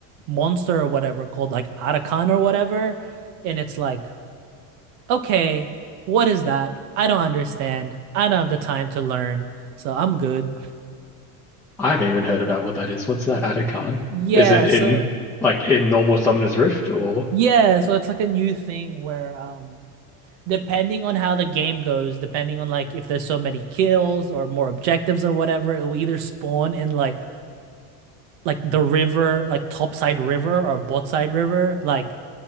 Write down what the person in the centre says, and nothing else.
I haven't even heard about what that is. What's that Atacon?
Is it in
like in normal Summoner's Rift or